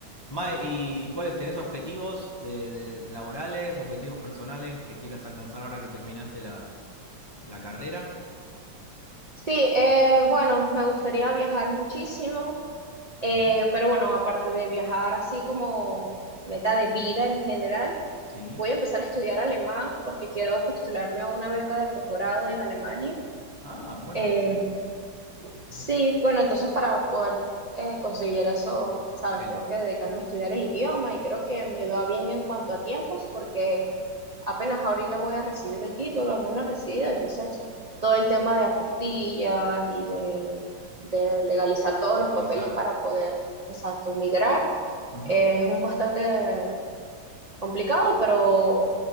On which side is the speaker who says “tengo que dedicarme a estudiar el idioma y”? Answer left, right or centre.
Right